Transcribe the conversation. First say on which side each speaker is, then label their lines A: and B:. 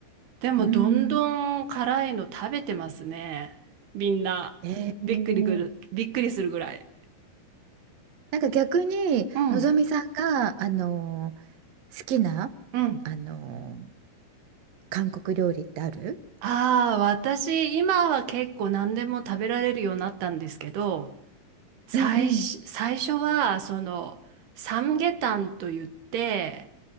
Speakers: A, on the right (about 75°); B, on the right (about 60°).
A: でもどんどん辛いの食べてますね。
B: うーん。
A: みんな。
B: えー、
A: びっくりくる、びっくりするぐらい。
B: なんか逆にのぞみさんが、
A: うん。
B: あのー好きな、
A: うん。
B: あのー韓国料理ってある
A: ああ、私、今は結構何でも食べられるようになったんですけど、最初、
B: うんうん
A: 最初は、その、サムゲタンと言って、